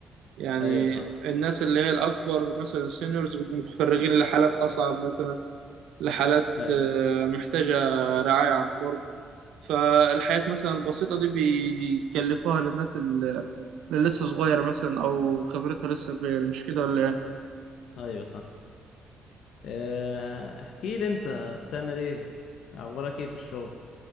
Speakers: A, on the right; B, on the left.
A: يعني
B: ايوه صح
A: الناس اللي هي الأكبر مثلا سينيورز بيكونوا متفرغين لحالات أصعب مثلا لحالات
B: ايوه
A: آه، محتاجة رعاية عن قرب فالحياة مثلا البسيطة دي بيكلفوها للناس اللي اللي لسه صغيرة مثلا أو خبرتها لسه كبيرة مش كده ولا إيه؟
B: ايوه صح آه، احكي لي انت بتعمل ايه اخبارك ايه في الشغل